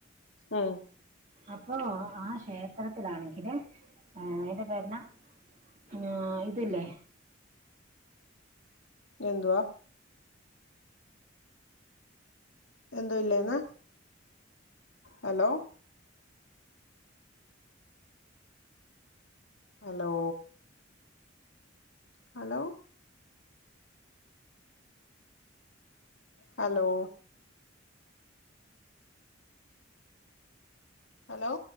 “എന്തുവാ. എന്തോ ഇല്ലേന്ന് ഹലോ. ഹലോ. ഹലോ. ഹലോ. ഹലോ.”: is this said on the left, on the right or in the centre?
Left